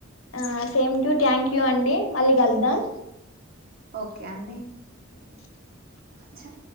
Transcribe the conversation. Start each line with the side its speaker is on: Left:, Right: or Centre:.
Left: ఆ సేమ్ టు థ్యాంక్ యూ అండి మళ్ళీ కలుద్దాం
Right: ఓకే అండి
Left: స
Right: స